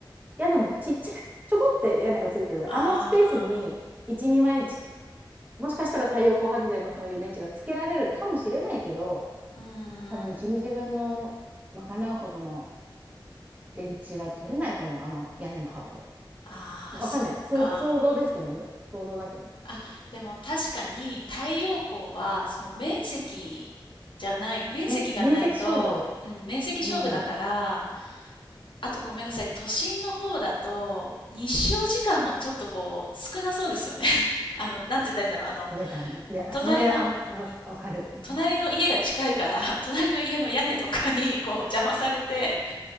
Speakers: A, on the right; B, on the left.
A: 屋根もちっちゃい、ちょこって屋根がついてる、
B: あ。
A: あのスペースに1、
B: ああ。
A: 2枚、ちもしかしたら太陽光発電のそういう電池がつけられるかもしれないけど、
B: うー
A: 多分1日分の賄うほどの
B: ん。
A: 電池は取れないと思う、あの屋根の幅で。
B: ああ、
A: わかんない。
B: そうか。
A: そう想像ですけどね、だ想像だけど。
B: あ、でも確かに太陽光はその面積じゃない、面積がないと、
A: ね、面積勝負。
B: うん、面積勝負だから、
A: うん。
B: あとごめんなさい、都心の方だと日照時間もちょっとこう少なそうですよね。<laughs> あの、なんて言ったらいいんだろう。あの、
A: 出たね。で、
B: 隣の、
A: それ、あ、わわかる。
B: い
A: うん。
B: 隣の家が近いから、隣の家の屋根とかにこう邪魔されて、